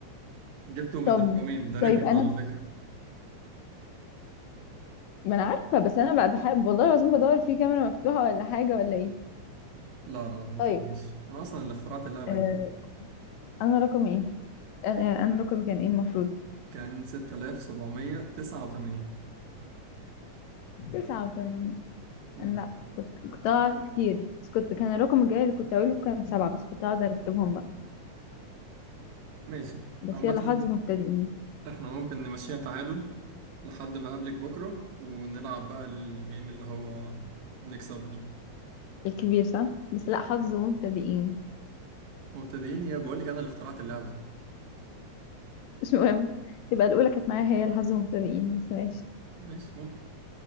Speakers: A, on the right (about 75°); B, on the left (about 80°).
A: جبته من
B: طب
A: رقمين ده
B: طيب
A: ريكورد
B: انا
A: على فكرة
B: ما انا عارفه بس انا بقى بحب والله العظيم بدور في كاميرا مفتوحه ولا حاجه ولا ايه
A: لا لا لا ما
B: طيب
A: تقلقيش أنا أصلا اللي اخترعت اللعبة
B: آه...
A: دي
B: انا رقم ايه انا يعني أنا رقمي كان ايه المفروض
A: كان 6789
B: تسعة وتمانين
A: امم
B: انا لا كنت كنت اقعد كتير بس كنت كان الرقم الجاي اللي كنت اقوله كان سبعة بس كنت اقعد ارتبهم بقى
A: ماشي
B: بس
A: عامة
B: يلا حظ مبتدئين
A: إحنا ممكن نمشيها تعادل لحد ما أقابلك بكرة ونلعب بقى الجيم اللي هو نكسب بيه
B: الكبير صح بس لا حظ مبتدئين
A: مبتدئين يا بقول لك أنا اللي اخترعت اللعبة
B: مش مهم يبقى الاولى كانت معايا هي الحظ مبتدئين بس ماشي
A: ماشي ممكن